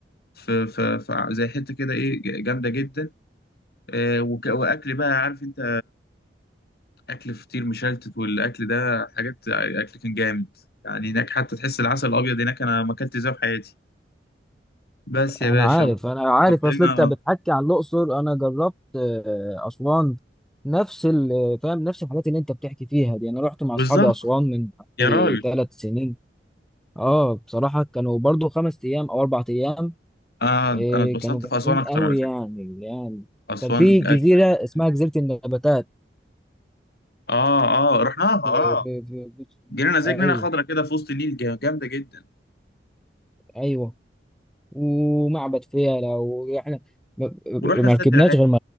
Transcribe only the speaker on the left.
في في في زي حتة كده ايه جامدة جدا آه، وك- واكل بقى عارف انت اكل فطير مشلتت والاكل ده حاجات اكل كان جامد يعني هناك حتى تحس العسل الابيض هناك انا ما اكلت زيه في حياتي بس يا
باشا
قضينا
بالظبط
يا راجل
آه
انا اتبسطت
في اسوان اكتر
على فكره
اسوان
اجمد بكتير
اه اه رحناها اه
جينا زي
جنينه خضرا كده في وسط النيل جا- جامده جدا
ورحنا
السد
العالي